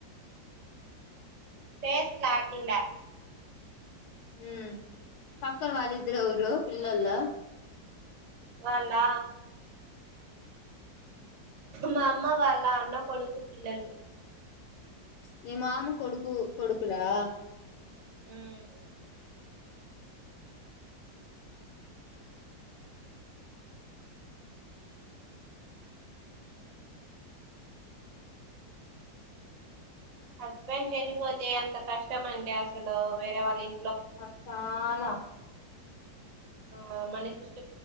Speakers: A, on the right; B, on the left.
A: ఫేస్ క్లారిటిలా
B: హ్మ్ పక్కన వాళ్ళిద్దరు ఎవ్వరూ పిల్లోలు
A: వాళ్ళా మా అమ్మ వాళ్ళ అన్న కొడుకు పిల్లలు
B: మీ మామ కొడుకు కొడుకులా
A: హ్మ్ హస్బెండ్ చనిపోతే అంత కష్టం అంటే అసలు వేరే వాళ్ళు ఇ
B: ఆ చానా
A: ఆ మనకి ఇష్ట